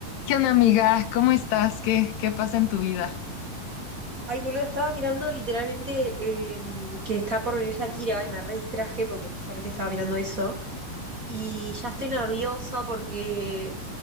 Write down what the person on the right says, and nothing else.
Ay, boludo, estaba mirando literalmente eh, que está por venir Shakira y me re distraje porque justamente estaba mirando eso. Y ya estoy nerviosa porque